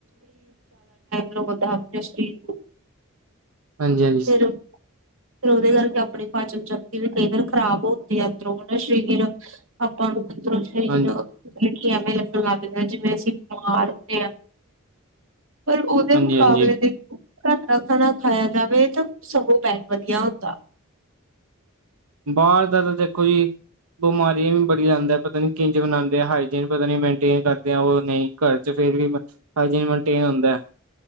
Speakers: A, on the right; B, on the right.
A: ਲਵੋਂਦੇ ਅਪਨੇ ਸ਼ਰੀਰ ਨੂ ਫੇਰ
B: ਹਾਂਜੀ-ਹਾਂਜੀ,
A: ਫਿਰ ਉਦੇ ਕਾਰਕੇ ਆਪਣੀ ਪਾਚਨ-ਸ਼ਕਤੀ ਵੀ ਕਈ ਵਾਰ ਖ਼ਰਾਬ ਹੁੰਦੀ ਐ ਅੰਦਰੋਂ ਹੈਂਨਾ ਸ਼ਰੀਰ ਅਪਾਂ ਨੂੰ ਅੰਦਰੋ ਸ਼ਰੀਰ
B: ਹਾਂਜੀ।
A: ਮਤਲਬ ਕਿ ਐਵੇ ਲਗਨ ਲੱਗ ਜਾਏ ਜਿਵੇਂ ਅਸੀਂ ਬਿਮਾਰ ਹੁੰਣੇ ਆਂ। ਪਰ ਓਦੇ
B: ਹਾਂਜੀ-ਹਾਂਜੀ,
A: ਮੁਕਾਬਲੇ ਦੇਖੋ ਘਰ ਦਾ ਖਾਣਾ ਖਾਇਆ ਜਾਵੇ ਤਾਂ ਸਗੋਂ ਬੈਟ ਵਧੀਆ ਹੁੰਦਾ।
B: ਬਾਹਰ ਦਾ ਤਾਂ ਦੇਖੋ ਜੀ ਬਿਮਾਰੀਆਂ ਵੀ ਬੜੀ ਲਾਂਦਾ ਪਤਾ ਨੀ ਕਿੰਜ ਬਣਾਂਦੇ ਐ ਹਾਈਜੀਣ ਜਿਨੂੰ ਪਤਾ ਨੀ ਮੇਨਟੇਨ ਕਰਦੇ ਆ ਓ ਨਈ ਘੱਰ ਚ ਫੇਰ ਵੀ ਹਾਇਜੀਨ ਮੈਨਟੇਨ ਹੁੰਦਾ।